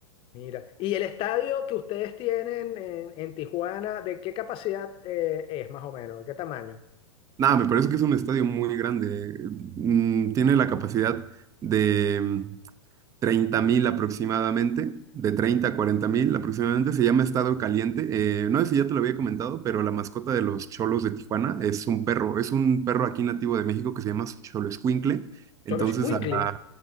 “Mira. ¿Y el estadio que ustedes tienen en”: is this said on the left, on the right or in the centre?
Left